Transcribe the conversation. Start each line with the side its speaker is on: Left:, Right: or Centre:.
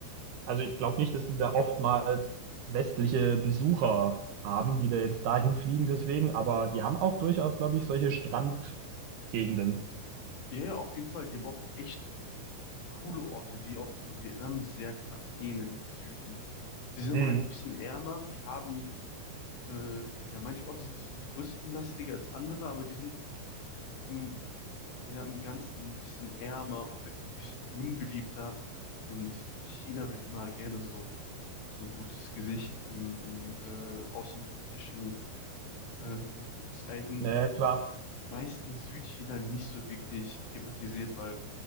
Right: Also ich glaube nicht, dass die da oftmals westliche Besucher haben, die da jetzt dahin fliegen deswegen, aber die haben auch durchaus, glaube ich, solche Strandgegenden.
Left: Ja, ja, auf jeden Fall. Die haben auch echt coole Orte, die auch so Vietnam sehr krass ähneln im Süden. Die sind immer
Right: Hm.
Left: halt ein bisschen ärmer, die haben, äh, ja, manche Orte sind ein bisschen touristenlastiger als andere, aber die sind im, ja, im Ganzen ein bisschen ärmer und halt ein bisschen unbeliebter. Und China will immer gerne so ein, so ein gutes Gesicht im, im äh, außenpolitischen ähm, zeigen.
Right: Naja, klar.
Left: Meistens Südchina nicht so wirklich thematisiert, weil,